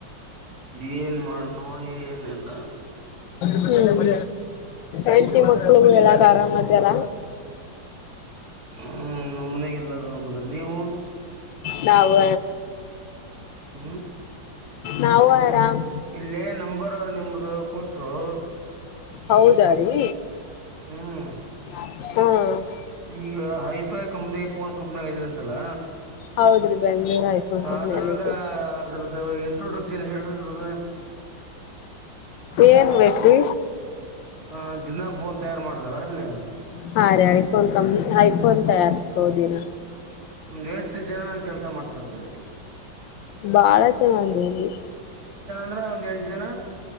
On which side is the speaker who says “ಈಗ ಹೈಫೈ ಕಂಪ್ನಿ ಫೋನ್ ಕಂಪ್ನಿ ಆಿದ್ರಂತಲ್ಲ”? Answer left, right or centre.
Right